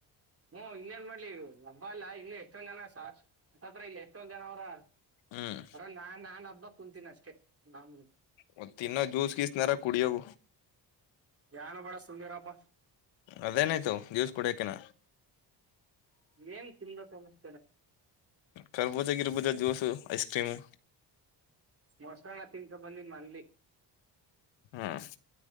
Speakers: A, on the right; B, on the left.
A: ಹ್ಮ್ ಇನ್ನೇನ್ ಮಾಡ್ಲಿ ಹಬ್ಬ ಅಲ್ಲಾ ಇನ್ನು ಎಷ್ಟೊಂದ್ ಜನತ್ರ ಇಲ್ಲಿ ಎಷ್ಟೊಂದ್ ಜನ ಅವ್ರ
B: ಹ್ಮ್
A: ಅರ ನಾ ನಾನ್ ಹಬ್ಬ ಕುುಂತೀನಿ ಅಷ್ಟೇ ನಮ
B: ಮ ತಿ ಇನ್ನೋ ಜ್ಯೂಸ್ ಗೀಸನಾರ ಕುಡಿಯೋಗ
A: ನ ಬಡ ಸುಂದೀರಾಪ
B: ಅದೇನಾಯ್ತು ಜ್ಯೂಸ್ ಕುಡಿಯಕನ
A: ಏನ್ ತಿಂದ ತಮಸ್ನೆ
B: ಕರ್ಬೂಜ ಗಿರ್ಬುಜ ಜ್ಯೂಸ್ಐಸ್ಕ್ರೀಮು
A: ಮೊಸಳ ತಿನ್ಕೊ ಬಂದಿ ಮನ್ಲಿ
B: ಹ್ಮ್